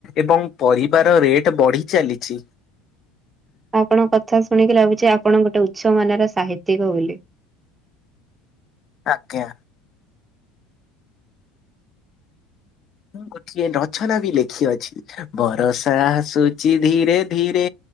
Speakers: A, on the left; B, on the right.
A: ଏବଂ। ପରିବାର ରେଟ୍ ବଢି ଚାଲିଛି।
B: ଆପଣଙ୍କ କଥା ଶୁଣିକି ଲାଗୁଛି ଆପଣ ଗୋଟେ ଉଚ୍ଚ ମାନର ସାହିତ୍ୟିକ ବୋଲି।
A: ଆଜ୍ଞା। ମୁଁ ଗୋଟିଏ ରଚନା ବି ଲେଖିଅଛି। ବରଷା ଆସୁଛି ଧୀରେ ଧୀରେ